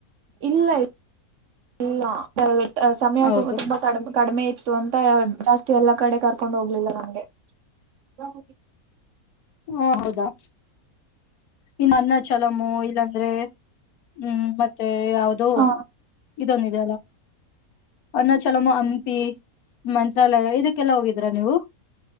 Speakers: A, on the right (about 65°); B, on the left (about 80°).
A: ಇಲ್ಲ ಇಲ್ಲ ಸಮಯ
B: ಹೌದು
A: ತುಂಬಾ ಕಮ ಕಡಿಮೆ ಆಐ ಇತ್ತು ಅಂತ ಜಾಸ್ತಿ ಎಲ್ಲಾ ಕಡೆ ಕರ್ಕೊಂಡ್ ಹೋಗ್ಲಿಲ್ಲ ನಂಗೆ ಹ
B: ಹ ಹೌದಾ ಇನ್ನು ಅನ್ನ ಚಛಲಮು ಇಲ್ಲಾಂದ್ರೆ ಹ್ಮ್ ಮತ್ತೆ ಯಾವವುದೋ
A: ಹ
B: ಇದೊಂದ ಅನ್ನ ಚಲಮ್ಮ ಹಂಪಿ ಮಂತ್ರಾಲಯ ಇದಕ್ಕೆಲ್ಲಾ ಹೋಗಿದೀರಾ ನೀವು